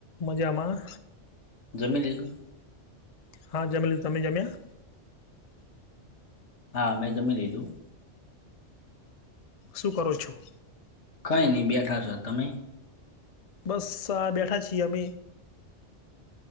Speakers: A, on the left; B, on the left.
A: મજામાં
B: જમી લીધું
A: હા જમી લીધું તમે જમ્યા
B: હા અમે જમી લીધું
A: શું કરો છો
B: કઈ ની બેઠા છો તમે
A: બસ આ બેઠા છીએ અમે